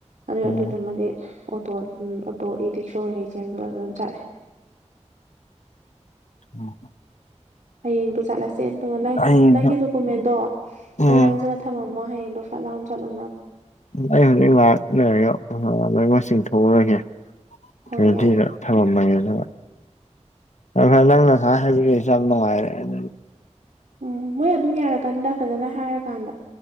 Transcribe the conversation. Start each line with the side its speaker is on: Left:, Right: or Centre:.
Right: ꯑꯗꯨ
Left: ꯎꯝ ꯎꯝ
Right: ꯑꯗꯨꯗꯨꯃꯗꯤ ꯑꯣꯇꯣ ꯎꯝ ꯑꯣꯇꯣꯒꯤ ꯔꯤꯛꯁꯣ ꯀꯩꯀꯩ ꯆꯦꯟꯕꯗ ꯑꯗꯨꯝ ꯆꯥꯠꯂꯦ
Left: ꯑꯣ ꯍ
Right: ꯍꯌꯦꯡꯗꯣ ꯆꯠꯂꯁꯦ ꯑꯗꯨꯒ ꯅꯪ
Left: ꯍꯌꯦꯡꯗꯣ
Right: ꯅꯪꯒꯤ ꯗꯣꯀꯨꯃꯦꯟꯗꯣ
Left: ꯎꯝ
Right: ꯂꯣꯏ ꯂꯪꯖꯔ ꯊꯃ ꯑꯃꯃꯣ ꯍꯌꯦꯡ ꯗꯣꯐꯥ ꯂꯥꯎꯟ ꯆꯜꯂ
Left: ꯑꯩ ꯍꯧꯖꯤꯛ ꯂꯥꯛ ꯂꯩꯔꯒ ꯂꯩꯉꯣꯢ ꯆꯤꯡꯊꯣꯛ ꯎꯔꯒꯦ
Right: ꯍꯣꯏ
Left: ꯔꯦꯗꯤꯗ
Right: ꯌꯥꯏꯌꯦ
Left: ꯊꯝꯃꯝꯃꯒꯦ ꯊ ꯐꯔ ꯅꯪꯅ ꯉꯁꯥꯏ ꯍꯥꯏꯕꯤꯔꯛꯏꯁꯨ ꯌꯥꯝ ꯅꯨꯡꯉꯥꯏꯔꯦ ꯑꯗꯨꯗꯤ
Right: ꯎꯝ ꯃꯣꯏ ꯑꯗꯨꯝ ꯌꯥꯔꯀꯥꯟꯗ ꯐꯖꯅ ꯍꯥꯏꯔꯀꯥꯟꯗ